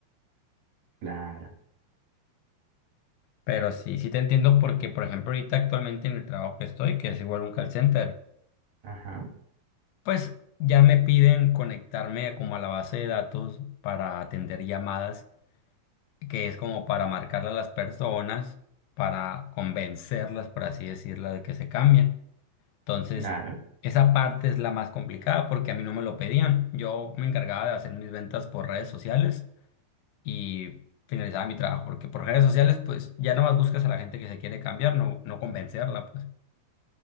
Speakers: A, on the right; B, on the left.
A: Claro,
B: Pero sí, sí te entiendo porque, por ejemplo, ahorita actualmente en el trabajo que estoy, que es igual un call center,
A: ajá,
B: pues ya me piden conectarme como a la base de datos para atender llamadas, que es como para marcarle a las personas, para convencerlas, por así decirlo, de que se cambien. Entonces,
A: claro.
B: esa parte es la más complicada porque a mí no me lo pedían. Yo me encargaba de hacer mis ventas por redes sociales y finalizaba mi trabajo, porque por redes sociales, pues ya nomás buscas a la gente que se quiere cambiar, no, no convencerla, pues.